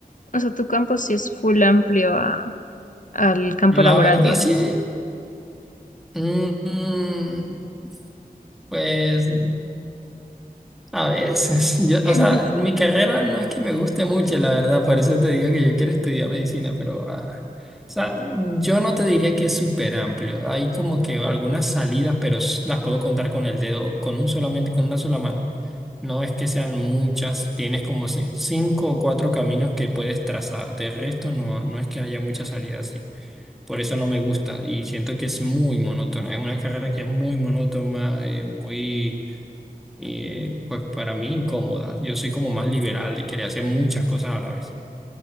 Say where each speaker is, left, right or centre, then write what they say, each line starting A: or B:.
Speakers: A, on the left; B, in the centre.
A: O sea, tu campo sí es full amplio a, al campo
B: La
A: laboral,
B: verdad
A: digo.
B: sí, mm, mm, pues... A veces, <laughs> yo,
A: <laughs>
B: o sea, mi carrera no es que me guste mucho, la verdad, por eso te digo que yo quiero estudiar medicina, pero, ah, o sea, yo no te diría que es súper amplio. Hay como que algunas salidas, pero s- las puedo contar con el dedo, con un solamente, con una sola mano. No es que sean muchas, tienes como ci- cinco o cuatro caminos que puedes trazar. De resto, no, no es que haya muchas salidas así. Por eso no me gusta y siento que es muy monótona. Es una carrera que es muy monótona, eh, muy eh, pues para mí incómoda. Yo soy como más liberal, de querer hacer muchas cosas a la vez.